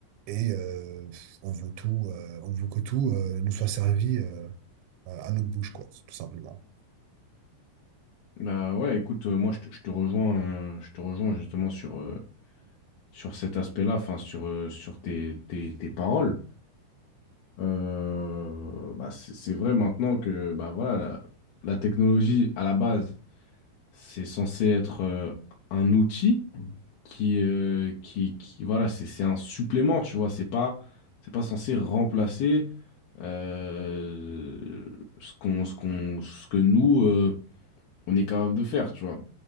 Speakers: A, on the right (about 80°); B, on the left (about 65°).
A: et euh, on veut tout, euh, on veut que tout euh, nous soit servi euh, à notre bouche, quoi, tout simplement.
B: Bah ouais, écoute, euh, moi je te, je te rejoins, euh, je te rejoins justement sur, euh, sur cet aspect-là, enfin sur, euh, sur tes, tes, tes paroles. Euh, bah c'est c'est vrai maintenant que bah voilà, la, la technologie à la base, c'est censé être euh, un outil qui, euh, qui, qui voilà, c'est c'est un supplément, tu vois, c'est pas, c'est pas censé remplacer euh, ce qu'on, ce qu'on, ce que nous, euh, on est capable de faire, tu vois.